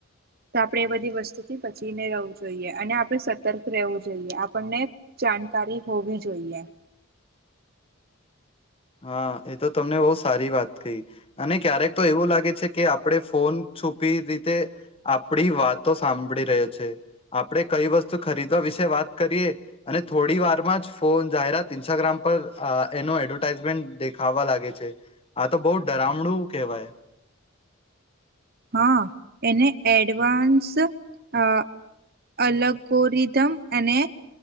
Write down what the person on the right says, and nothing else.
તો આપડે એ બધી વસ્તુથી બચીને રહેવું જોઈએ અને આપ સતર્ક રહેવું જોઈએ આપણને જાણકારી હોવી જોઈએ.
હા, એને એડવાન્સ અ અલગોરિધમ અને,